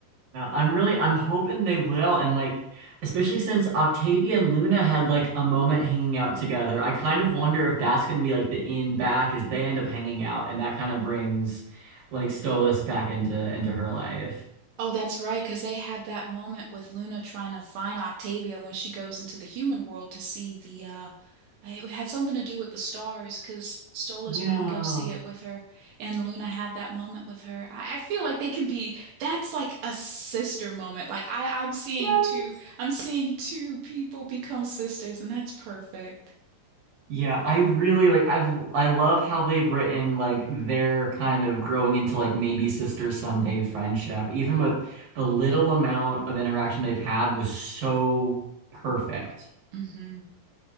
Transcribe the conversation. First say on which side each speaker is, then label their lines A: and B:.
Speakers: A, on the right; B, on the right.
A: Uh, I'm really I'm hoping they will and like especially since Octavia and Luna had like a moment hanging out together. I kind of wonder if that's going to be like the in back as they end up hanging out and that kind of brings like Stolas back into into her life.
B: Oh, that's right, because they had that moment with Luna trying to find Octavia when she goes into the human world to see the uh it had something to do with the stars because Stolas
A: Yeah.
B: wouldn't go see it with her, and Luna had that moment with her. I, I feel like they can be that's like a sister moment. Like I, I'm seeing
A: Yeah.
B: two, I'm seeing two people become sisters, and that's perfect.
A: Yeah, I really like I've I love how they've written like their kind of growing into like maybe sister someday friendship, even with the little amount of interaction they've had was so perfect.
B: Mm-hmm.